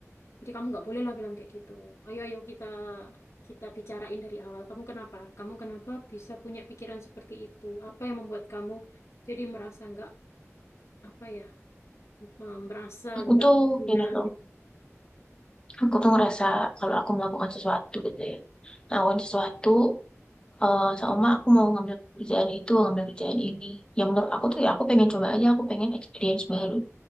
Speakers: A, on the left; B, on the left.
A: Jadi kamu nggak boleh lah bilang kayak gitu. Ayo ayo kita kita bicarain dari awal. Kamu kenapa? Kamu kenapa bisa punya pikiran seperti itu? Apa yang membuat kamu jadi merasa nggak apa ya, em, merasa
B: Aku
A: nggak
B: tuh
A: berguna
B: ini loh.
A: gitu?
B: Aku tuh ngerasa kalau aku melakukan sesuatu gitu ya, melakukan sesuatu eh sama aku mau ngambil kerjaan itu, ngambil kerjaan ini. Yang menurut aku tuh ya aku pengen coba aja, aku pengen experience baru.